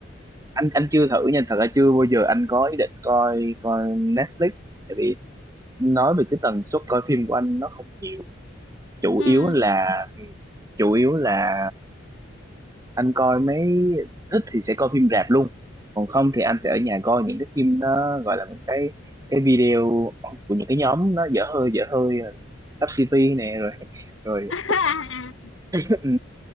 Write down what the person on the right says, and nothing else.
anh anh chưa thử nha thật ra chưa bao giờ anh có ý định coi coi Netflix tại vì nói về cái tần suất coi phim của anh nó không nhiều chủ
yếu là chủ yếu là anh coi mấy thích thì sẽ coi phim rạp luôn còn không thì anh sẽ ở nhà coi những cái phim nó gọi là những cái cái video của những cái nhóm nó dở hơi dở hơi Tắp TV nè rồi rồi
<laughs> ừ,